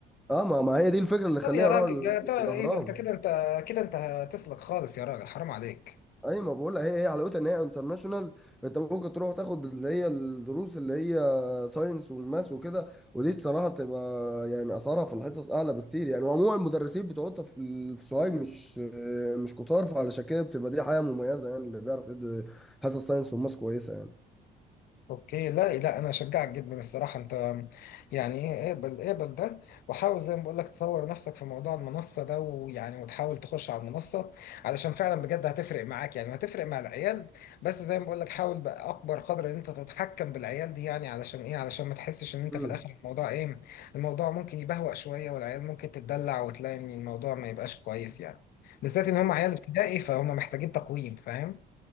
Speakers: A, in the centre; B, on the left (about 65°).
A: اه ما ما هي دي الفكره اللي خليني
B: طب يا راجل
A: اروح ال-
B: ده بتاع
A: الاهرام
B: ايه ده انت كده انت كده انت هتسلك خالص يا راجل حرام عليك
A: اي ما بقول لك، هي هي حلاوتها ان هي انترناشونال انت ممكن تروح تاخد اللي هي الدروس اللي هي ساينس وماس وكده ودي بصراحه بتبقى يعني اسعارها في الحصص اعلى بكتير يعني وعموما المدرسين بتوعها في ال- في سوهاج مش مش كتار فعلشان كده بتبقى دي حاجه مميزه يعني اللي بيعرف يدي حصص ساينس وماس كويسه يعني
B: اوكي لا لا انا اشجعك جدا الصراحه انت يعني ايه اقبل اقبل ده وحاول زي ما بقول لك تطور نفسك في موضوع المنصه ده ويعني وتحاول تخش على المنصه علشان فعلا بجد هتفرق معاك يعني وهتفرق مع العيال بس زي ما بقول لك حاول باكبر قدر ان انت تتحكم بالعيال دي يعني علشان ايه علشان ما تحسش ان انت
A: امم
B: في الاخر الموضوع ايه الموضوع ممكن يبهوأ شويه والعيال ممكن تتدلع وتلاقي ان الموضوع ما يبقاش كويس يعني بالذات ان هم عيال ابتدائي فهم محتاجين تقويم فاهم